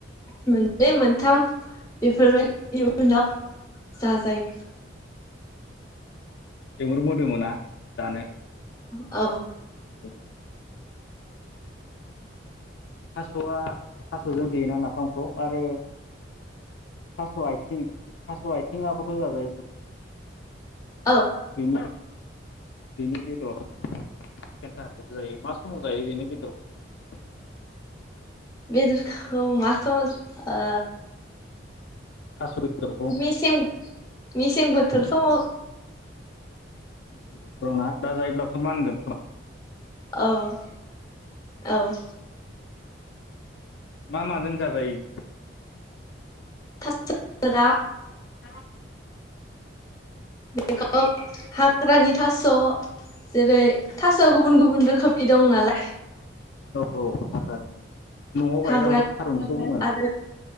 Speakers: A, on the left; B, on the left.
A: मोननै मोनथाम बेफोरबायदि जाजायो।
B: जोबोर मोदोमोना जानो।
A: औ।
B: औ। थास'आ थास'जों देयोना नाफामखौ आरो थास' आथिं थास' आथिंआबोथ' जा जायो।
A: औ।
B: बिनि उनाव। बेनि बेदर खन्था हाखौबो जायो मा समाव जायो बेनि बेदरखौहाय
A: बेदरखौ मा समाव ओ
B: थास बेदरखौ
A: मेसें मेसें बोथोर समाव
B: मेसें बोथोराव ना दा जायोब्लाथ' होनगोन।
A: अह औ।
B: मा माजों जाजायो।
A: थास' बेदरा।
B: औ।
A: बेखौ हाग्रानि थास' जेरै थास'आ गुबुन गुबुन रोखोमनि दं नालाय।
B: औ औ हाग्रानि न'आव गायग्राखौथ'
A: हाग्रानि
B: थारुनसो बुङोना।
A: आरो